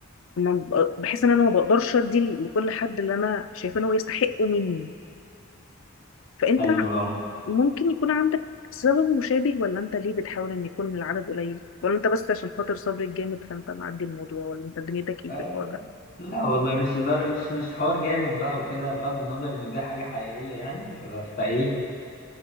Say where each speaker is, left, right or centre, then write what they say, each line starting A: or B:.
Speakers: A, on the left; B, on the left.
A: ما ب- بحس ان انا ما بقدرش ادي لكل حد اللي انا شايفه ان هو يستحقه مني فانت
B: ايوه
A: ممكن يكون عندك سبب مشابه ولا انت ليه بتحاول ان يكون العدد قليل ولا انت بس عشان خاطر صبرك جامد فانت معدي الموضوع ولا انت دنيتك ايه
B: آه،
A: في الحوار ده
B: لا والله مش لدر... مش مش حوار جامد بقى وكده بغض النظر ان ده حاجه حقيقيه يعني فايه